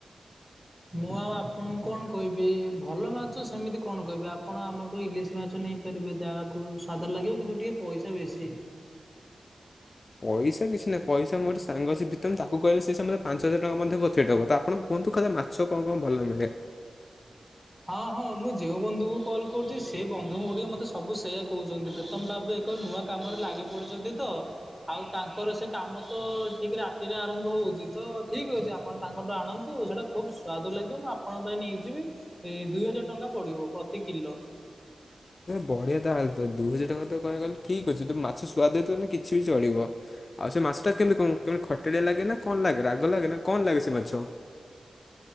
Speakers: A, in the centre; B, on the left.
A: ମୁଁ ଆଉ ଆପଣଙ୍କୁ କଣ କହିବି ଭଲ ମାଛ ସେମିତି କଣ କହିବି ଆପଣ ଆମଠୁ ଇଲିଶି ମାଛ ନେଇ ପାରିବେ ଯାହାକୁ ସ୍ଵାଦ ଲାଗିବ କିନ୍ତୁ ଟିକେ ପଇସା ବେଶୀ।
B: ପଇସା କିଛିନାହିଁ ପଇସା ମୁ ଗୋଟେ ସାଙ୍ଗ ଅଛି ବିତୁନ୍ ତାକୁ କହିଲେ ସେ ସମୟରେ ପାଞ୍ଚ ହଜାର ଟଙ୍କା ମଧ୍ୟ ପଠେଇ ଦବ ତ ଆପଣ କୁହନ୍ତୁ ଖାଲି ମା ଛ କଣ କଣ ଭଲ ମିଳେ?
A: ହଁ ହଁ ମୁଁ ଯେଉଁ ବନ୍ଧୁଙ୍କୁ କଲ୍ କରୁଛି ସେ ବନ୍ଧୁ ଗୁଡ଼ିକ ମତେ ସବୁ ସେଇୟା କହୁଛନ୍ତି ପ୍ରୀତମ୍ ଭାବେ କ ନୂଆ କାମରେ ଲାଗି ପଡ଼ିଚନ୍ତି ତ। ଆଉ ତାଙ୍କର ସେ କାମ ତ ଠିକ୍ ରାତିରେ ଆରମ୍ଭ ହଉଛି ତ ଠିକ୍ ଅଛି ଆପଣ ତାଙ୍କଠୁ ଆଣନ୍ତୁ ସେଟା ଖୁବ ସ୍ଵାଦ ଲାଗିବ ମୁଁ ଆପଣଙ୍କ ପାଇଁ ନେଇଯିବି ଏ ଦୁଇ ହଜାର ଟଙ୍କା ପଡ଼ିବ ପ୍ରତି କିଲୋ।
B: ବଢ଼ିଆ ତାହେଲେ ତ ଦୁଇ ହଜାର ଟଙ୍କା ତ କହିବାକୁ ଗଲେ ଠିକ୍ ଅଛି ତୁ ମାଛ ସ୍ବାଦ ହେଇଥିବ ମାନେ କିଛି ବି ଚଳିବ। ଆଉ ସେ ମାଛଟା କେମିତି କ କେମିତି ଖଟାଳିଆ ଲାଗେ ନା କଣ ଲାଗେ ରାଗ ଲାଗେ ନା କଣ ଲାଗେ ସେ ମାଛ?